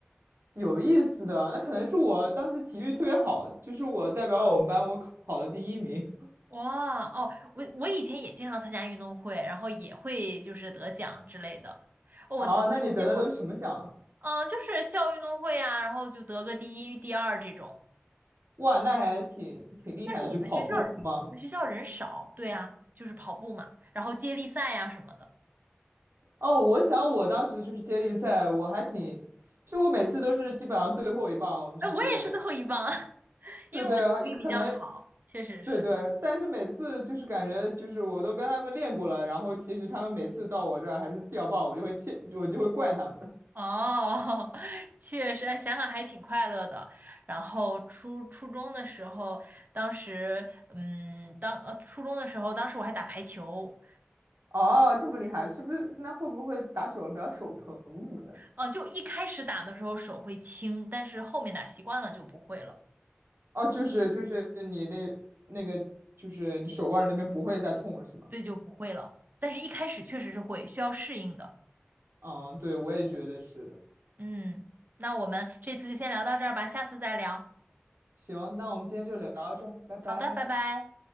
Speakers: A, on the right; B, on the right.
A: 有意思的，那可能是我当时体育特别好，就是我代表我们班，我考跑了第一名。
B: 哇哦，我我以前也经常参加运动会，然后也会就是得奖之类的。哦我初中那会儿，
A: 啊，那你得的都是什么奖啊
B: 嗯，就是校运动会啊，然后就得个第一、第二这种。
A: 哇，那还挺挺厉害的，
B: 但是我们学校我们学校人少，
A: 就跑步吗？
B: 对啊，就是跑步嘛，然后接力赛呀、什么的。
A: 哦，我想我当时就是接力赛，我还挺，就我每次都是基本上最后一棒，
B: 哎，
A: 就是
B: 我也是最后一棒啊，<laughs> 因为我体育比较好，
A: 对对啊，一可能
B: 确实是。
A: 对对，
B: 对。
A: 但是每次就是感觉就是我都跟他们练过了，然后其实他们每次到我这儿还是掉棒，我就会气，我就会怪他们。
B: 哦，<laughs> 确实，哎想想还挺快乐的。然后初初中的时候，当时，嗯，当呃初中的时候，当时我还打排球，
A: 哦，这么厉害，是不是？那会不会打久了比较手疼什么的？
B: 嗯、就一开始打的时候手会轻，但是后面打习惯了就不会了，
A: 哦，就是就是你那那个就是你手腕儿那边不会再痛了是吗？
B: 对，就不会了。但是一开始确实是会，需要适应的。
A: 嗯，对，我也觉得是的。
B: 嗯，那我们这次就先聊到这儿吧，下次再聊。
A: 行，那我们今天就聊到这儿，拜拜。
B: 好的，拜拜。